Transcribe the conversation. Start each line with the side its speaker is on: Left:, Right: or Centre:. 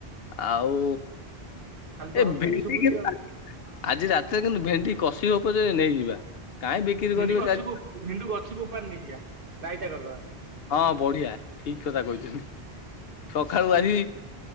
Left: ଆଉ
Right: ଖାଲି ତ
Left: ଏ
Right: ହସୁଛନ୍ତି
Left: ଭେଣ୍ଡି
Right: ଶୁଭୁଛି
Left: କେମ୍
Right: ଆଉ
Left: ଆଜି ରାତିରେ କିନ୍ତୁ ଭେଣ୍ଡି କଷି ହଉ ପଛେ ନେଇଯିବା। କାହିଁ ବିକ୍ରି
Right: ଭେଣ୍ଡି
Left: କରିବେ
Right: ଗଛକୁ
Left: ଚାରି
Right: ଭେଣ୍ଡୁ ଗଛକୁ ଉପରି ନେଇଯିବା ରାଇତା କରିଦବା।
Left: ହଁ ବଢିଆ ଠିକ କଥା କହିଥିଲୁ। ସକାଳୁ ଆଜି